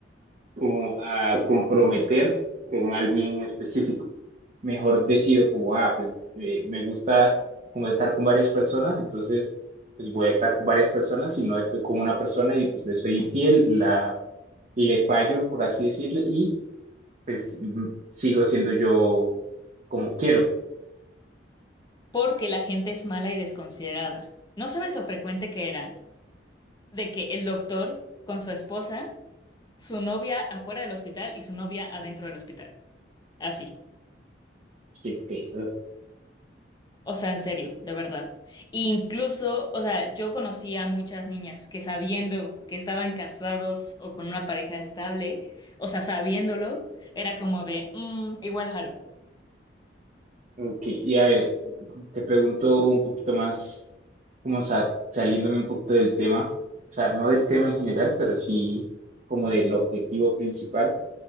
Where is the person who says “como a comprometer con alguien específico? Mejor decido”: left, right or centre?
Right